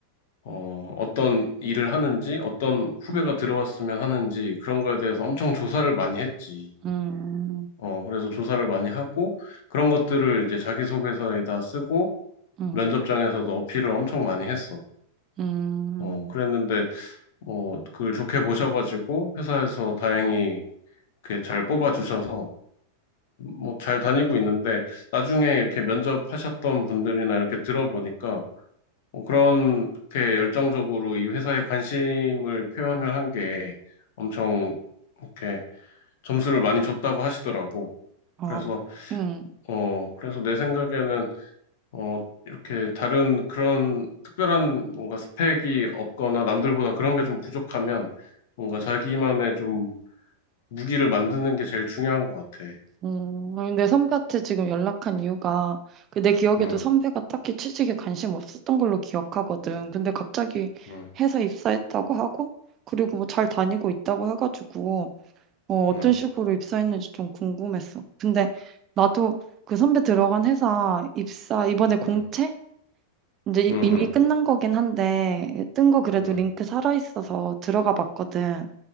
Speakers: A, on the left (about 50°); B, on the right (about 30°).
A: 어, 어떤 일을 하는지 어떤 후배가
B: 음,
A: 들어왔으면 하는지 그런 거에 대해서 엄청 조사를 많이 했지.
B: 음,
A: 어, 그래서 조사를 많이 하고 그런 것들을 이제 자기소개서에다 쓰고
B: 음,
A: 면접장에서도 어필을 엄청 많이 했어.
B: 음,
A: 어, 그랬는데 뭐 그걸 좋게 보셔가지고 회사에서 다행히 그잘 뽑아주셔서 뭐 잘 다니고 있는데 나중에 이렇게 면접하셨던 분들이나 이렇게 들어보니까 뭐 그렇게 열정적으로 이 회사에 관심을 표현을 한 게 엄청 이렇게 점수를 많이 줬다고 하시더라고.
B: 아,
A: 그래서
B: 음.
A: 어, 그래서 내 생각에는 어, 이렇게 다른 그런 특별한 뭔가 스펙이 없거나 남들보다 그런 게 좀 부족하면 뭔가 자기만의 좀 무기를 만드는 게 제일 중요한 것 같아.
B: 음, 아니, 내 선배한테 지금 연락한 이유가 그 내 기억에도
A: 응,
B: 선배가 딱히 취직에 관심 없었던 걸로 기억하거든. 근데 갑자기
A: 응,
B: 회사 입사했다고 하고 그리고 뭐 잘 다니고 있다고 해가지고 어, 어떤
A: 응,
B: 식으로 입사했는지 좀 궁금했어. 근데 나도 그 선배 들어간 회사 입사 이번에 공채?
A: 응,
B: 이제 이-
A: 응,
B: 이미 끝난 거긴 한데 뜬 거 그래도
A: 응,
B: 링크 살아있어서 들어가 봤거든.